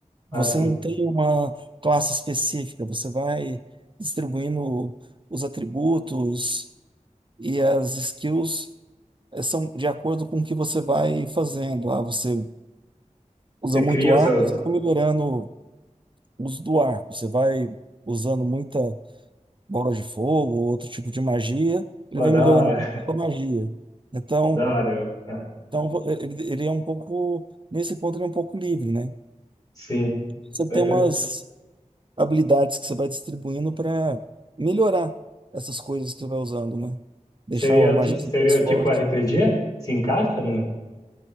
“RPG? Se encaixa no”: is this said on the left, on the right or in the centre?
Left